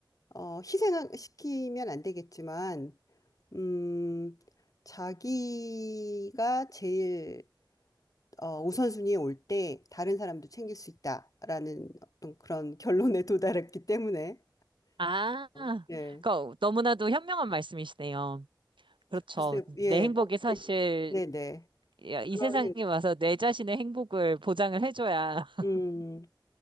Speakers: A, on the left (about 45°); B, on the right (about 85°).
A: 어, 희생시키면 안 되겠지만 음, 자기가 제일 어, 우선순위에 올 때 다른 사람도 챙길 수 있다라는 어떤 그런 <laughs> 결론에 도달했기 때문에
B: 아,
A: 어, 네
B: 그 너무나도 현명한 말씀이시네요. 그렇죠.
A: 글쎄
B: 내
A: 예뭐
B: 행복이 사실
A: 근데 네네
B: 이
A: 그런
B: 세상에
A: 생-
B: 와서 내 자신의 행복을 보장을 해줘야, <laughs>
A: 음,